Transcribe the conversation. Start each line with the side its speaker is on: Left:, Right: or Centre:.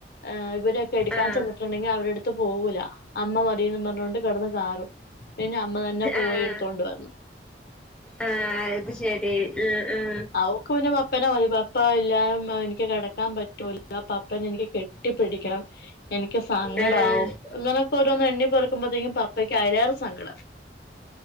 Left: ഏ ഇവരൊക്കെ എടുക്കാൻ
Centre: ആഹ്
Left: ചെന്നിട്ടുണ്ടെങ്കിൽ അവരെടുത്ത് പോവൂല്ല അമ്മ മതീന്ന് പറഞ്ഞുകൊണ്ട് കിടന്ന് കാറും പെന്നെ അമ്മ തന്നെ പോയി
Centre: ആഹ്
Left: എടുത്തോണ്ട് വന്നു
Centre: ആഹ് അത് ശരി ആഹ്
Left: അവു ക്കു പപ്പനെ മതി പപ്പ ഇല്ലാ എനിക്ക് കിടക്കാൻ പറ്റും <unintelligible> പപ്പനെ എനിക്ക് കെട്ടി പിടിക്കണം എനിക്ക് സ്, സങ്കടമാവും
Centre: ആഹ്
Left: ഇങ്ങനൊക്കെ രോന്നന്ന് എണ്ണി പെറുക്കുമ്പോഴത്തേക്കും പപ്പയ്ക്ക് അതിലേറെ സങ്കട